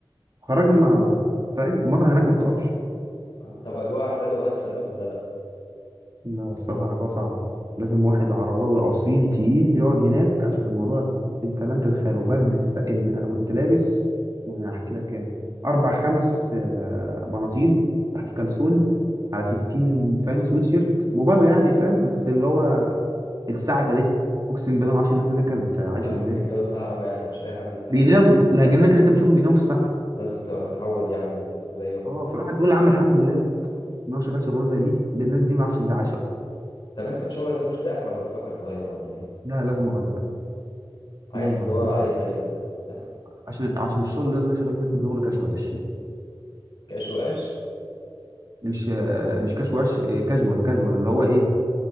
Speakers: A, on the right; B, on the left.
A: خرجنا ما فاهم المطر هناك ما بتقفش
B: آه، طب اجواءها حلوه بقى السلوم ولا لا
A: لا الصراحة الأجواء صعبة لازم واحد عرباوي أصيل تقيل يقعد هناك عشان الموضوع أنت لن تتخيله برد الس... إن أنا كنت لابس يعني هحكي لك كام أربع خمس آه، بناطيل تحت كلسون على 60 فاهم سويتشيرت مبالغة يعني فاهم بس اللي هو الساعة كلت أقسم بالله ما أعرفش الناس هناك كانت عايشة
B: فاهمك
A: إزاي
B: الجو ساقع قوي يعني مش اي حد يستحمل
A: بيناموا الهجنات اللي أنت بتشوفهم بيناموا في الصحراء
B: لازم تبقى متعود يعني زيه
A: أه فالواحد بيقول يا عم الحمد لله إن هو شغال شغلانة زي دي ده الناس دي ما أعرفش إزاي عايشة أصلا
B: طب انت في شغلك ده مرتاح ولا بتفكر تغيره ولا ايه
A: لا لازم أغير
B: عايز
A: لازم أغير
B: تدور
A: لازم
B: على ايه طيب بت... يعني
A: عشان عشان الشغل اللي انا شغال فيه اسمه شغل كاجوال الشيء
B: كاش واش
A: مش آه، مش كاجوال كاجوال كاجوال اللي هو ايه